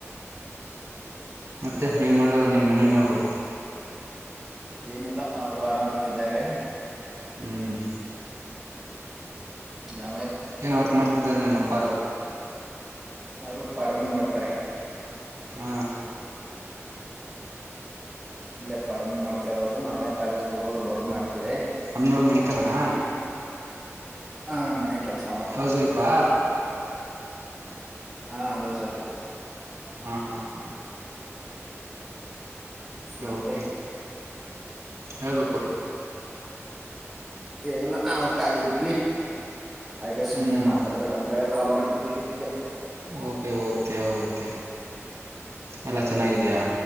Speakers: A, on the right; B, in the centre.
A: ಮತ್ತೆ ಏನ್ ಮಾಡದು ನಿಮ್ಮ್ ಮನೇನವರು
B: ಏನಿಲ್ಲ ಅವರು ಆರಾಮಾಗಾರೆ
A: ಹ್ಮ್
B: ನವೇ
A: ಏನ್ ವರ್ಕ್ ಮಾಡ್ತಿದಿದ್ದಾರೆ ನಿಮ್ಮ ಅಪ್ಪಾರ
B: ಅವರು ಫಾರ್ಮಿಂಗ್ ಮಾಡ್ತಾರೆ
A: ಹ್ಮ
B: ಇಲ್ಲ ಪಾರಾಮಿಂಗ್ ಮಾಡ್ತಾ ಇರೋದು ನಾವೇ ಕಾಲೇಜಕ್ ಹೋಗೋದು ಬರಲ್ ಮಾಡ್ತೇವಿ
A: ಹನೂರು ಮಣಿಕದನಾ
B: ಹ ಮನೆ ಕೆಲ್ಸ ಮಾಡ್ತಾರೆ
A: ಹೌದುಯಪಾ
B: ಹಾ ಹೌ ಸತ್
A: ಹಾ ಹಾ ಹಾ
B: ಮತ್ತೆ
A: ೆೆ ಹೇಳ್ಬೇಕು
B: ಏಗೆಲ್ಲ ನಾವು ಕಾಲಿದ್ವಿ ಹಾಗೆ ಸುಮ್ನೆ
A: ಹ್ಮ್
B: ಮಾತಾಡ್ಬೇಕಂತ ಹೇಳ ಕಾಲ್ ಮಾಡಿದ್ವಿಮಗೆ
A: ಓಕೆ ಓಕೆ ಕೆ ಎಲ್ಲಾ ಚೆನ್ನಾಗಿದಯಾ